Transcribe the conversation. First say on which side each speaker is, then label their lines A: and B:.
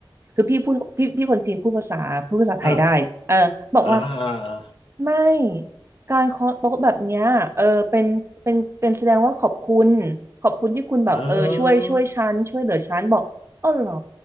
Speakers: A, on the right; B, on the left.
A: คือพี่พูดพี่พี่คนจีนพูดภาษาพูดภาษาไทยได้เออบอกว่า
B: อ่าอ่าอ่าอ่า
A: ไม่การเคาะโต๊ะแบบเนี้ยเออเป็นเป็นเป็นแสดงว่าขอบคุณขอบคุณที่คุณแบบเออช่วยช่วยฉันช่วยเหลือฉันบอกอ๋อเหรอ
B: อ